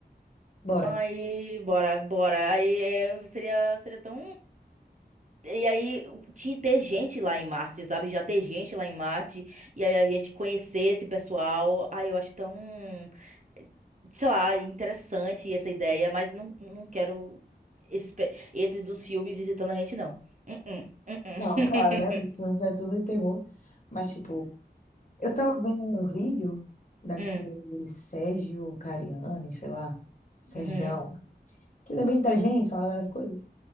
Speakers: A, on the left; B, on the right.
A: Bora.
B: Aí, bora, bora. Aí é, seria, seria tão. E aí, ti- ter gente lá em Marte, sabe? Já ter gente lá em Marte. E aí a gente conhecer esse pessoal. Ai, eu acho tão. Sei lá, interessante essa ideia, mas não, não quero esses, pe- esses dos filmes visitando a gente, não. Uh-uh, uh-uh. <laughs>
A: Não, claro, né? Os filmes é tudo de terror. Mas, tipo, Eu tava vendo um vídeo daquele
B: Hum,
A: Sérgio Cariani, sei lá, Serjão,
B: uhum,
A: que ele é bem inteligente, fala várias coisas.